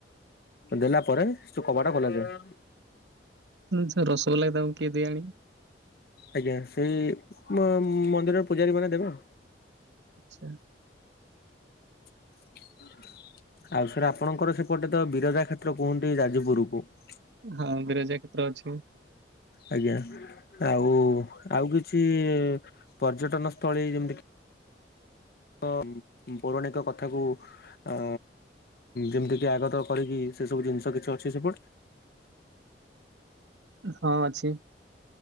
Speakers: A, on the left (about 55°); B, on the right (about 75°).
A: ଦେଲା ପରେ ସେ କବାଟା ଖୋଲା ଯାଏ ।
B: ସେ ରସଗୋଲା ବି ତାଙ୍କୁ କିଏ ଦିଏ ଆଣିକି?
A: ଆଜ୍ଞା ସେଇ ମ-ମନ୍ଦିରର ପୂଜାରୀ ମାନେ ଦେବେ ଆଉ।
B: ଆଛା ।
A: ଆଉ ସାର୍ ଆପଣଙ୍କର ସେପଟେ ତ ବିରଜା କ୍ଷେତ୍ର କୁହନ୍ତି ଯାଜପୁର କୁ ।
B: ହଁ ବିରଜା କ୍ଷେତ୍ର ଅଛି ।
A: ଆଜ୍ଞା ଆଉ ଆଉ କିଛି ପର୍ଯ୍ୟଟନ ସ୍ଥଳୀ ଯେମିତିକି ଅ ପୌରାଣିକ କଥାକୁ ଆ ଯେମିତିକି ଆଗତ କରିକି ସେ ସବୁ ଜିନିଷ କିଛି ଅଛି ସେପଟେ?
B: ହଁ ଅଛି।